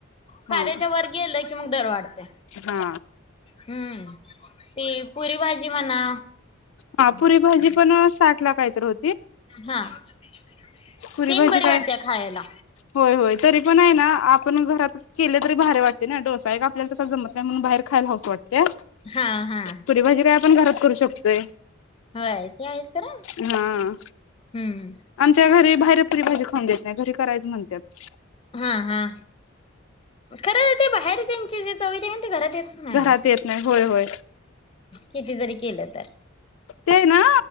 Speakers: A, on the left (about 85°); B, on the left (about 25°).
A: हा
B: साध्याच्या वर गेलं कि मग दर वाढतय.
A: हा
B: हम्म ती पुरी भाजी म्हणा
A: हा पुरी भाजी पण साठला काहीतर हो
B: हा तीन
A: पुरी भाजी
B: बरी
A: काय
B: वाटत्या खायला.
A: होय होय तरी पण आहे ना आपण घरात केल तरी भारी वाट तेना डोसा एक आपल्याला तसा जमत नाही म्हणून बाहेर खायला हाऊस वाटत्या
B: हा हा
A: पुरी भाजी काय आपण घरात करू शकतोय.
B: होय ते आहेच खरा
A: हा.
B: हम्म
A: आमच्या घरी बाहेर पुरी भाजी खाऊन देत नाही, घरी करायचं म्हणत्यात.
B: हा हा खरं ते बाहेर त्यांचे जे चव येत्या कणी ती घरात येतच नाही
A: घरात
B: ओ
A: येत नाही होय होय
B: किती जरी केलं तर
A: ते ना